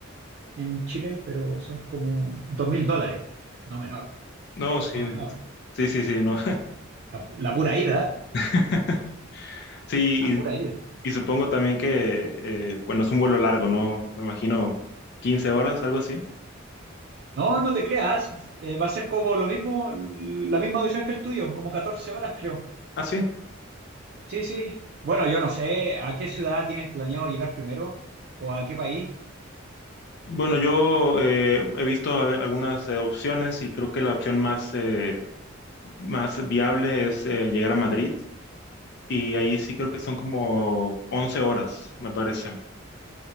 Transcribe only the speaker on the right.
en Chile, pero son como 2.000 dólares. No menor,
no menor.
La, la pura ida, ¿eh?
la pura ida.
No, no te creas, eh, va a ser como lo mismo, la misma duración que el tuyo, como 14 horas creo.
Sí, sí. Bueno, yo no sé, ¿a qué ciudad tienes planeado llegar primero? ¿O a qué país?